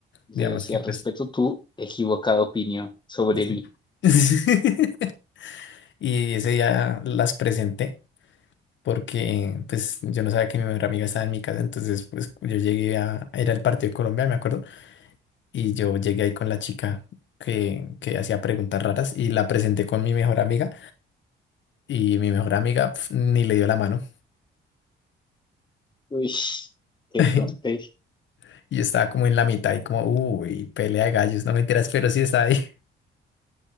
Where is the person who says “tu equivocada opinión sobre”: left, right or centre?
Left